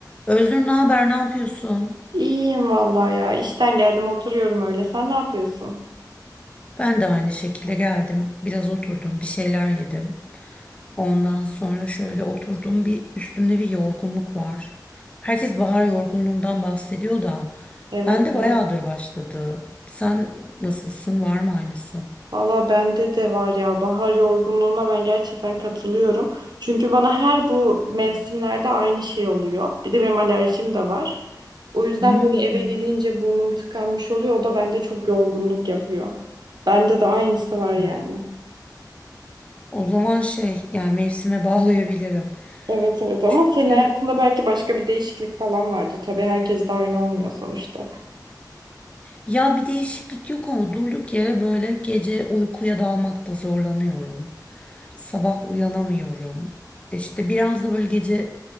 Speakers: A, on the left (about 15°); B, on the right (about 75°).
A: Özgür ne haber, ne yapıyorsun?
B: İyiyim vallahi ya. İşten geldim oturuyorum öyle. Sen ne yapıyorsun?
A: Ben de aynı şekilde geldim. Biraz oturdum, bir şeyler yedim. Ondan sonra şöyle oturdum. Bir üstümde bir yorgunluk var. Herkes bahar yorgunluğundan bahsediyor da
B: Evet
A: ben de
B: evet.
A: bayağıdır başladı. Sen nasılsın? Var mı aynısı?
B: Valla bende de var ya. Bahar yorgunluğuna ben gerçekten katılıyorum. Çünkü bana her bu mevsimlerde aynı şey oluyor. Bir de benim alerjim de var. O yüzden
A: Hmm,
B: böyle eve gelince burnum tıkanmış oluyor. O da bende çok yorgunluk yapıyor. Bende de aynısı var yani.
A: evet. O zaman şey yani mevsime <laughs> bağlayabilirim.
B: Evet evet ama
A: Çünkü
B: senin hayatında belki başka bir değişiklik falan vardır. Tabii herkes de aynı olmuyor sonuçta.
A: Ya bir değişiklik yok ama durduk yere böyle gece uykuya dalmakta zorlanıyorum. Sabah uyanamıyorum. İşte biraz da böyle gece